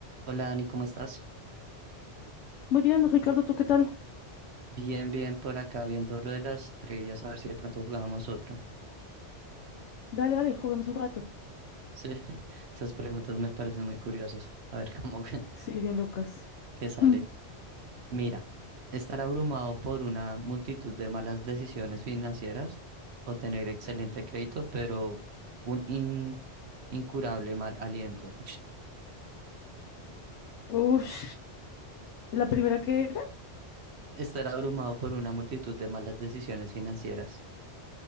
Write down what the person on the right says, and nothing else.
Hola Dani, ¿cómo estás?
Bien, bien por acá viendo lo de las trivias, a ver si de pronto jugamos otra.
Sí, <laughs> esas preguntas me parecen muy curiosas. A ver cómo <laughs> que,
que salen.
Mira, estar abrumado por una multitud de malas decisiones financieras o tener excelente crédito, pero un in- incurable mal aliento.
<laughs> Estar abrumado por una multitud de malas decisiones financieras,